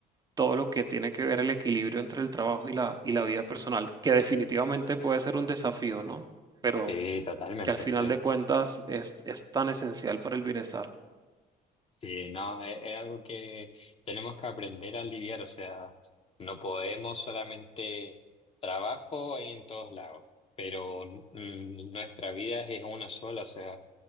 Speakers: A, on the right (about 25°); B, on the left (about 35°).
A: todo lo que tiene que ver el equilibrio entre el trabajo y la, y la vida personal, que definitivamente puede ser un desafío, ¿no? Pero
B: Sí, totalmente,
A: que al final
B: sí.
A: de cuentas es, es tan esencial para el bienestar.
B: Sí, no, es, es algo que tenemos que aprender a lidiar, o sea, no podemos solamente trabajo ahí en todos lados, pero mm, nuestra vida es una sola, o sea,